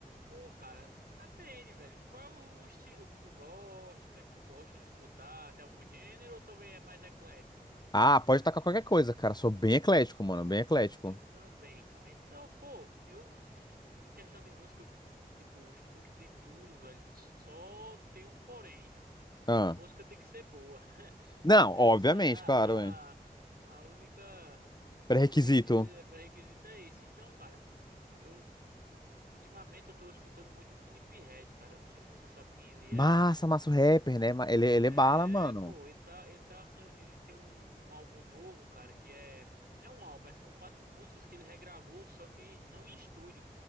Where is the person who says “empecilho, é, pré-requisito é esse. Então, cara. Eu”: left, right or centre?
Right